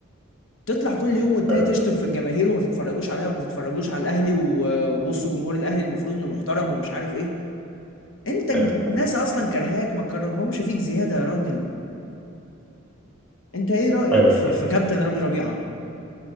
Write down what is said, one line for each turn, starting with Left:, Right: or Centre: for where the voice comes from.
Left: تطلع كل يوم والتاني
Centre: ايوه
Left: تشتم في الجماهير وما تتفرجوش عليا وما تتفرجوش على الاهلي و- وبصوا جمهور الاهلي المفروض انه محترم ومش عارف ايه انت الج-
Centre: ايوه
Left: الناس
Centre: فاهم.
Left: اصلا كرهاك ما كرههمش فيك زياده يا راجل انت ايه رايك
Centre: ايوه
Left: في,
Centre: فاهم.
Left: في كابتن رامي ربيعه